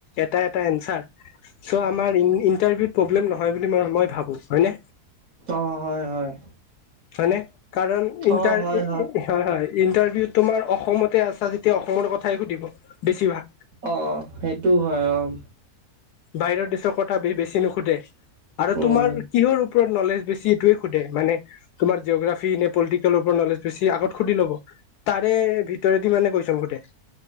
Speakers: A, on the left (about 80°); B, on the right (about 60°).
A: এটা-এটা আনচাৰ চ' আমাৰ ইটাৰভিউত প্ৰব্লেম নহয় বুলি মই ভাবো হয়নে?
B: অ' হয়-হয়।
A: হয়নে কাৰণ ইটাৰ
B: অ', হয়,
A: হয় হয় ইণ্টাৰভিউ। তোমাৰ অসমতে আছা যেতিয়া অসমৰ কথাই সুধিব। বেছিভাগ
B: অ' সেইটো হয় অ'
A: বাহিৰৰ দেশৰ কথা বেছি নুসোধে আৰু
B: উম,
A: তোমাৰ কিহৰ ওপৰত নলেজ বেছি এইটোৱে সোধে মান তোমাৰ জিঅ'গ্ৰাফিক নে পলিটেল প নলেজ। <unintelligible> আগত সুধি ল'ব তাৰে ভিতৰেদি মানে কুৱেশ্বন সোধে